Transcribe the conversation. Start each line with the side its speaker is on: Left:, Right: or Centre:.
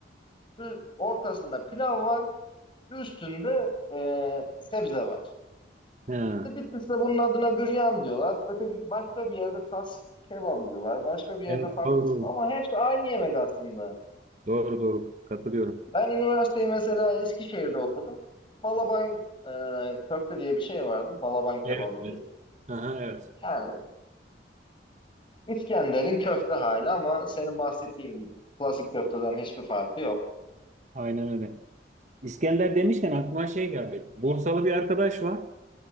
Left: Ü- Ortasında pilav var. Üstünde e, sebze var.
Right: Ha.
Left: İşte Bitlis'te bunun adına büryan diyorlar. Öteki başka bir yerde tas kebabı diyorlar. Başka bir yerde
Right: Evet
Left: farklı
Right: doğru
Left: isim.
Right: doğru.
Left: Ama hepsi aynı yemek aslında.
Right: Doğru doğru katılıyorum.
Left: Ben üniversiteyi mesela Eskişehir'de okudum. Balaban e, köfte diye bir şey vardı. Balaban kebabı
Right: Evet. evet.
Left: diye.
Right: Aha, evet.
Left: Yani İskender'in köfte hali ama senin bahsettiğin klasik köfteden hiçbir farkı yok.
Right: Aynen öyle. İskender demişken aklıma şey geldi. Bursalı bir arkadaş var.